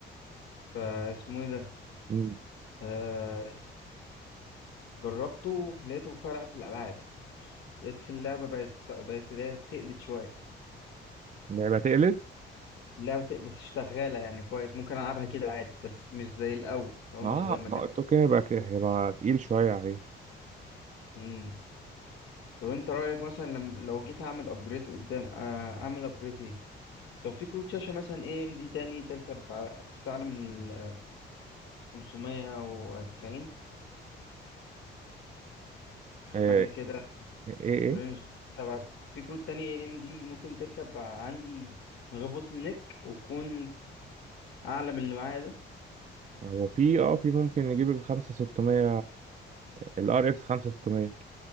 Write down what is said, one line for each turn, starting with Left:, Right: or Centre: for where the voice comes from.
Left: فاسمه ايه ده
Right: مم.
Left: آه... جربته لقيته فرق في الالعاب لقيت في اللعبة بقت بقت اللي هي تقلت شوية
Right: يبقى تقلد
Left: لعبة بس شغالة يعني كويس ممكن ألعبها كده عادي بس مش زي الأول أو
Right: اه
Left: مش زي ما
Right: ما
Left: كانت
Right: قلت اوكي يبقى ك- هيبقى تقيل شويه عليه
Left: مم. طب أنت رأيك مثلا لم... لو جيت أعمل أبجريد قدام آه، أعمل أبجريد إيه؟ طب في كروت شاشة مثلا إيه إم دي تاني تركب ع- بس أعلى من ال 590
Right: آه،
Left: حاجة كده
Right: ايه ايه
Left: في رينج سبعة في كروت تانية إيه إم دي ممكن تركب ع- عندي من غير بوتل نيك وتكون أعلى من اللي معايا ده
Right: هو في اه في ممكن نجيب ال 5600 ال ار اكس 5600